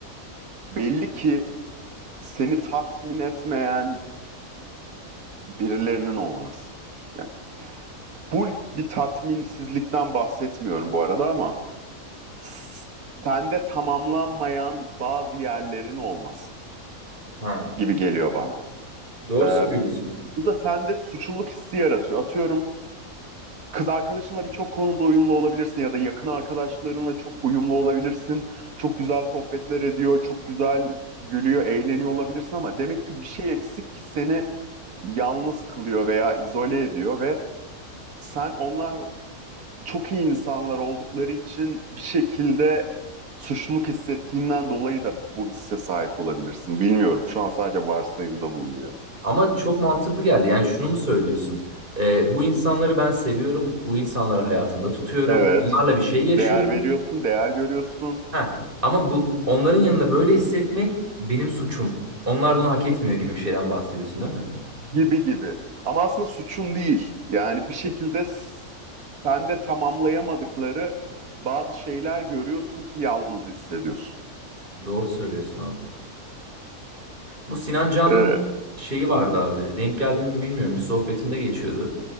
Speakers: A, on the right (about 85°); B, on the right (about 35°).
A: belli ki seni tatmin etmeyen birilerinin olması. Yani full bir tatminsizlikten bahsetmiyorum bu arada ama s- sende tamamlanmayan bazı yerlerin olması
B: ha,
A: gibi geliyor bana.
B: doğru
A: Ee,
B: söylüyorsun.
A: bu da sende suçluluk hissi yaratıyor. Atıyorum kız arkadaşınla birçok konuda uyumlu olabilirsin ya da yakın arkadaşlarınla çok uyumlu olabilirsin. Çok güzel sohbetler ediyor, çok güzel gülüyor, eğleniyor olabilirsin ama demek ki bir şey eksik ki seni yalnız kılıyor veya izole ediyor ve sen onlar çok iyi insanlar oldukları için bir şekilde suçluluk hissettiğinden dolayı da bu hisse sahip olabilirsin. Bilmiyorum. Şu an sadece varsayımda bulunuyorum.
B: Ama çok mantıklı geldi. Yani şunu mu söylüyorsun? Ee, bu insanları ben seviyorum. Bu insanları hayatımda tutuyorum.
A: Evet,
B: Bunlarla bir şey yaşıyorum.
A: değer veriyorsun, değer görüyorsun.
B: Ha. Ama bu onların yanında böyle hissetmek benim suçum. Onlar bunu hak etmiyor gibi bir şeyden bahsediyorsun değil mi?
A: Gibi gibi. Ama aslında suçun değil. Yani bir şekilde s- sen de tamamlayamadıkları bazı şeyler görüyorsun ki yalnız hissediyorsun.
B: Doğru söylüyorsun abi. Bu Sinan Canan'ın
A: Ee,
B: şeyi vardı abi. Denk geldiğini mi bilmiyorum. Bir sohbetimde geçiyordu.